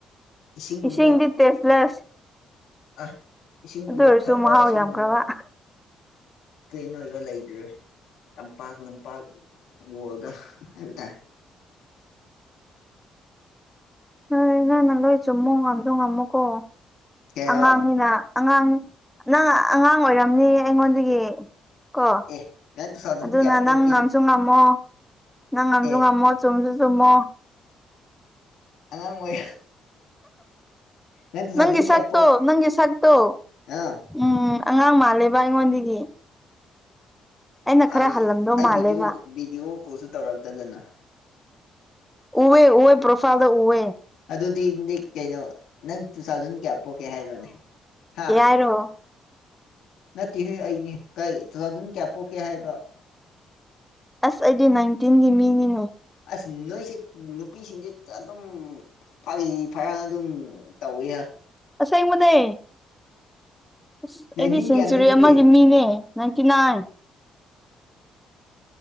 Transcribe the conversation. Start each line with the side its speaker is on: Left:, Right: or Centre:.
Left: ꯏꯁꯤꯡꯒꯨꯝꯕ
Centre: ꯏꯁꯤꯡꯗꯤ ꯇꯦꯁ꯭ꯂꯦꯁ
Left: ꯑ ꯏꯁꯤꯡꯒꯨꯝꯕ
Centre: ꯑꯣꯏꯔꯁꯨ
Left: ꯐꯕ
Centre: ꯃꯍꯥꯎ
Left: ꯏꯁꯤꯡꯒꯨꯝꯕ
Centre: ꯌꯥꯝꯈ꯭ꯔꯕ
Left: ꯀ꯭ꯂꯤꯟ ꯑꯣꯏꯕ ꯂꯩꯈꯤꯔꯣꯏ ꯇꯝꯄꯥꯛ ꯂꯝꯄꯥꯛ ꯋꯥꯔꯜꯗ ꯍꯥꯏꯕ ꯇꯥꯔꯦ
Centre: ꯅꯣꯏ ꯅꯪꯅ ꯂꯣꯏ ꯆꯨꯝꯃꯣ ꯉꯝꯁꯨ ꯉꯝꯃꯨꯀꯣ
Left: ꯀꯩ
Centre: ꯑꯉꯥꯡꯅꯤꯅ
Left: ꯍꯥꯏꯕ
Centre: ꯑꯉꯥꯡ ꯅꯪ ꯑꯉꯥꯡ ꯑꯣꯏꯔꯝꯅꯤ ꯑꯩꯉꯣꯟꯗꯒꯤ ꯀꯣ
Left: ꯑꯦ ꯅꯪ ꯇꯨ ꯊꯥꯎꯖꯟ
Centre: ꯑꯗꯨꯅ
Left: ꯀꯌꯥ ꯄꯣꯛꯀꯦ
Centre: ꯅꯪ ꯉꯝꯁꯨ ꯉꯝ ꯉꯝꯃꯣ ꯅꯪ ꯉꯝꯁꯨ
Left: ꯑꯦ
Centre: ꯉꯝꯃꯣ ꯆꯨꯝꯁꯨ ꯆꯨꯝꯃꯣ
Left: ꯑꯉꯥꯡ ꯑꯣꯏ ꯅꯪ ꯇꯨ
Centre: ꯅꯪꯒꯤ
Left: ꯊꯥꯎꯖꯟ ꯀꯌꯥ
Centre: ꯁꯛꯇꯣ
Left: ꯄꯣꯛ
Centre: ꯅꯪꯒꯤ ꯁꯛꯇꯣ
Left: <unintelligible>
Centre: ꯎꯝ ꯑꯉꯥꯡ ꯃꯥꯜꯂꯦꯕ ꯑꯩꯉꯣꯟꯗꯒꯤ ꯑꯩꯅ ꯈꯔ
Left: ꯑꯩ
Centre: ꯍꯜꯂꯝꯗꯧ ꯃꯥꯜꯂꯦꯕ
Left: ꯑꯩ ꯚꯗꯤꯑꯣ ꯚꯤꯗꯤꯑꯣ ꯀꯣꯜꯁꯨ ꯇꯧꯔꯛꯇꯗꯅ
Centre: ꯎꯋꯦ ꯎꯋꯦ ꯄ꯭ꯔꯣꯐꯥꯜꯗ ꯎꯋꯦ
Left: ꯑꯗꯨꯗꯤꯗꯤ ꯀꯩꯅꯣ <unintelligible> ꯀꯌꯥ ꯄꯣꯛꯀꯦ ꯍꯥꯏꯔꯣꯅꯦ ꯍꯥ
Centre: ꯍꯥꯏꯔꯣ
Left: ꯅꯠꯇꯦꯍ ꯑꯩꯅꯤ ꯀ ꯇꯨꯊꯥꯎꯖꯟ ꯀꯌꯥ ꯄꯣꯛꯀꯦ ꯍꯥꯏꯕ
Centre: ꯑꯁ ꯑꯩꯗꯤ ꯅꯥꯏꯟꯇꯤꯟꯒꯤ ꯃꯤꯅꯤꯅꯦ
Left: ꯑꯁ ꯅꯣꯏꯁꯦ ꯅꯨꯄꯤꯁꯤꯡꯁꯦ ꯑꯗꯨꯝ ꯐꯥꯒꯤ ꯐꯔꯥꯡ ꯑꯗꯨꯝ ꯇꯧꯋꯦ
Centre: ꯑꯁꯦꯡꯕꯅꯦ ꯑꯁ
Left: ꯅꯥꯏꯟꯇꯤꯟ
Centre: ꯑꯩꯗꯤ ꯁꯦꯟꯆꯨꯔꯤ
Left: ꯀꯌꯥꯅꯣ ꯑꯗꯨꯗꯤ
Centre: ꯑꯃꯒꯤ ꯃꯤꯅꯦ ꯅꯥꯟꯏꯟꯇꯤ ꯅꯥꯏꯟ